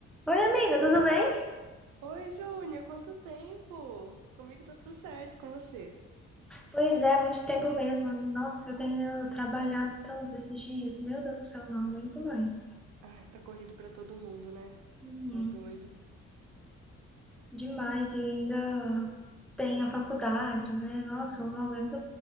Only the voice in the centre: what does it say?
Oi, amiga, tudo bem?
Pois é, muito tempo mesmo. Nossa, eu tenho trabalhado tanto esses dias. Meu Deus do céu, eu não aguento mais.
Uhum.
Demais, e ainda tem a faculdade, né? Nossa, eu não aguento.